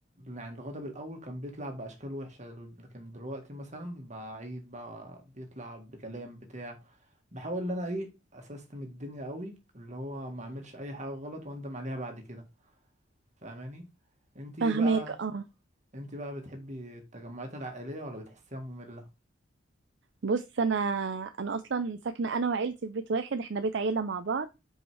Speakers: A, on the right; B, on the right.
A: يعني الغضب الاول كان بيطلع باشكال وحشة لكن دلوقتي مثلا بعيد بقى بيطلع بكلام بتاع بحاول ان انا ايه اسستم الدنيا قوي اللي هو ما اعملش اي حاجة غلط واندم عليها بعد كده فاهماني انتي
B: فهماك
A: بقى
B: اه
A: انتي بقى بتحبي التجمعات العائلية ولا بتحسيها مملة
B: بص انا انا اصلا ساكنه انا وعيلتي في بيت واحد احنا بيت عيله مع بعض